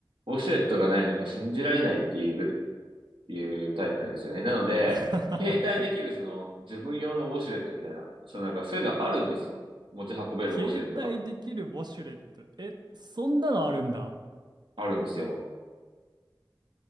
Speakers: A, on the right; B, on the right.
A: ウォシュレットがないのが信じられないっていうぐらいうタイプなんですよね。なので、
B: <laughs>
A: 携帯できるその自分用のウォシュレットみたいな、そのなんかそういうのあるんですよ。持ち運べるウォシュレットが
B: 携帯できるウォシュレット。え、そんなのあるんだ。
A: あるんですよ。